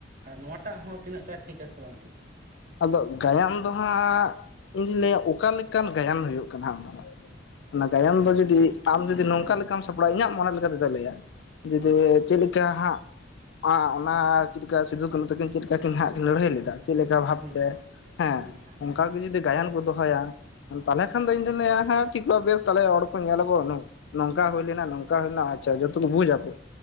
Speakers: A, on the right; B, on the left.
A: ᱱᱚᱣᱟᱴᱟᱜ ᱦᱚᱸ ᱛᱤᱱᱟᱹᱜ ᱴᱟ ᱴᱷᱤᱠ ᱟᱥᱮ ᱵᱟᱝ ᱴᱷᱤᱠᱟ
B: ᱟᱫᱚ ᱜᱟᱭᱟᱱ ᱫᱚ ᱦᱟᱸᱜ ᱤᱧ ᱫᱩᱧ ᱞᱟᱹᱭᱟ ᱚᱠᱟ ᱞᱮᱠᱟᱱ ᱜᱟᱭᱟᱱ ᱦᱩᱭᱩᱜ ᱠᱟᱱᱟ ᱚᱱᱟ ᱫᱚ ᱚᱱᱟ ᱜᱟᱭᱟᱱ
A: ᱦᱮᱸ
B: ᱫᱚ ᱡᱩᱫᱤ ᱟᱢ ᱡᱩᱫᱤ ᱱᱚᱝᱠᱟ
A: ᱦᱩᱸ
B: ᱞᱮᱠᱟᱢ
A: ᱦᱩᱸ
B: ᱥᱟᱯᱲᱟᱣᱟ ᱤᱧᱟᱹᱜ ᱢᱚᱱᱮ ᱞᱮᱠᱟ ᱛᱮᱫᱚ ᱞᱟᱹᱭᱟ ᱡᱩᱫᱤ
A: ᱦᱩᱸ
B: ᱪᱮᱫ ᱞᱤ ᱠᱟ ᱦᱟᱸᱜ ᱚᱱᱟ ᱪᱮᱫ ᱞᱮᱠᱟ ᱥᱤᱫᱩ ᱠᱟᱹᱱᱦᱩ ᱛᱟᱹᱠᱤᱱ ᱪᱮᱫ ᱞᱮᱠᱟ ᱠᱤᱱ ᱞᱟᱹᱲᱦᱟᱹᱭ ᱞᱮᱫᱟ ᱪᱮᱫ ᱞᱮᱠᱟ
A: ᱦᱩᱸ
B: ᱛᱮ ᱦᱮᱸ
A: ᱦᱩᱸ
B: ᱚᱱᱠᱟ ᱜᱮ ᱡᱩᱫᱤ ᱜᱟᱭᱟᱱ ᱠᱚ ᱫᱚᱦᱚᱭᱟ ᱛᱟᱞᱦᱮ ᱠᱷᱟᱱ ᱫᱚ ᱤᱧ ᱫᱚᱧ ᱞᱟᱹᱭᱟ ᱦᱮᱸ ᱴᱷᱤᱠ ᱵᱮᱥ ᱛᱟᱞᱦᱮ ᱦᱚᱲ ᱠᱚ ᱧᱮᱞ ᱟᱠᱚ ᱱᱚᱝᱠᱟ ᱦᱩᱭ ᱞᱮᱱᱟ ᱱᱚᱝᱠᱟ ᱦᱩᱭ ᱞᱮᱱᱟ ᱟᱪᱪᱷᱟ ᱡᱚᱛᱚ ᱠᱚ ᱵᱩᱡᱟᱚ